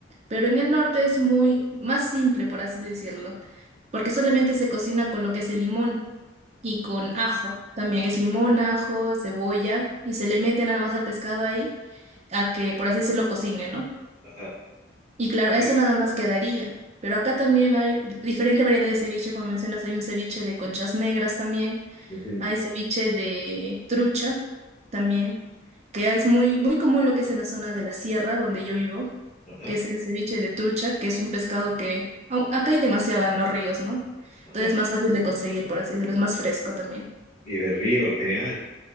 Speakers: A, on the right; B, on the left.
A: Pero en el norte es muy más simple, por así decirlo, porque solamente se cocina con lo que es el limón y con ajo. También es limón, ajo, cebolla y se le mete nada más al pescado ahí a que por así se lo cocine, ¿no?
B: Ajá,
A: Y claro, eso
B: sí.
A: nada más quedaría. Pero acá también hay diferente variedad de ceviche, como mencionas, hay un ceviche de conchas negras también,
B: Ujú,
A: hay ceviche de trucha también, que es muy, muy común lo que es en la zona de la sierra donde yo vivo,
B: Ajá,
A: que es el ceviche de trucha, que es un pescado que au- acá hay demasiado en los ríos, ¿no?
B: ajá.
A: Entonces es más fácil de conseguir, por así decirlo, es más fresco también.
B: Y de río, genial.